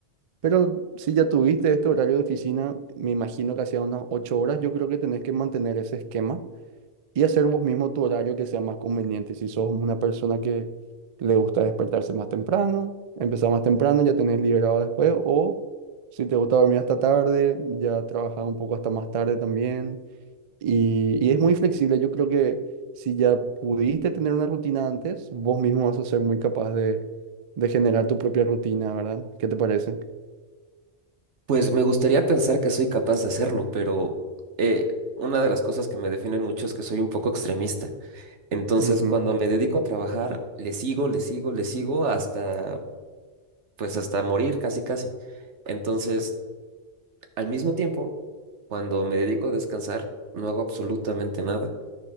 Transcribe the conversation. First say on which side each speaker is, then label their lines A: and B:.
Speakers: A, on the right; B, on the right.
A: Pero si ya tuviste este horario de oficina, me imagino que hacía unas ocho horas, yo creo que tenés que mantener ese esquema y hacer vos mismo tu horario que sea más conveniente. Si sos una persona que le gusta despertarse más temprano, empezar más temprano, ya tenés liberado después, o si te gusta dormir hasta tarde, ya trabajas un poco hasta más tarde también. Y, y es muy flexible, yo creo que si ya pudiste tener una rutina antes, vos mismo vas a ser muy capaz de, de generar tu propia rutina, ¿verdad? ¿Qué te parece?
B: Pues me gustaría pensar que soy capaz de hacerlo, pero eh, una de las cosas que me definen mucho es que soy un poco extremista. Entonces,
A: Ujú,
B: cuando me dedico a trabajar, le sigo, le sigo, le sigo hasta, pues hasta morir casi, casi. Entonces, al mismo tiempo, cuando me dedico a descansar, no hago absolutamente nada.